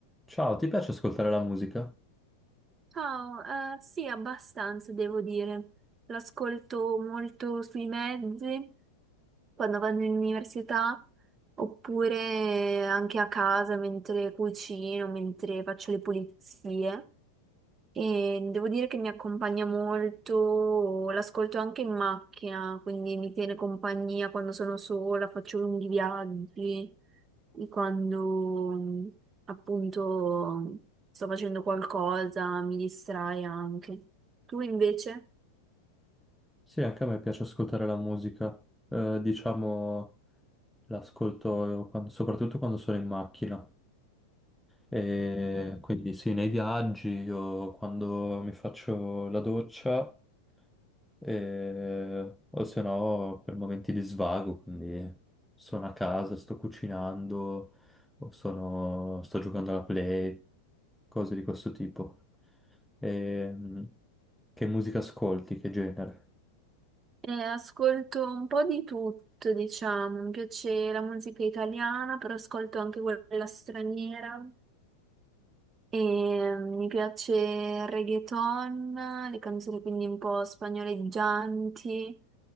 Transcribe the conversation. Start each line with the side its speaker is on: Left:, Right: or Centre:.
Centre: Ciao, ti piace ascoltare la musica?
Right: Ciao, eh, sì, abbastanza devo dire. L'ascolto molto sui mezzi, quando vado in università, oppure anche a casa mentre cucino, mentre faccio le pulizie. E devo dire che mi accompagna molto, l'ascolto anche in macchina, quindi mi tiene compagnia quando sono sola, faccio lunghi viaggi, e quando mm, appunto sto facendo qualcosa, mi distrae anche. Tu invece?
Centre: Sì, anche a me piace ascoltare la musica. Eh, diciamo, l'ascolto quando- soprattutto quando sono in macchina. E quindi sì, nei viaggi o quando mi faccio la doccia e- o se no per momenti di svago, quindi sono a casa, sto cucinando o sono- sto giocando alla play, cose di questo tipo. Ehm, che musica ascolti, che genere?
Right: Eh, ascolto un po' di tutto, diciamo, mi piace la musica italiana, però ascolto anche quella straniera. E mi piace il reggaeton, le canzoni quindi un po' spagnoleggianti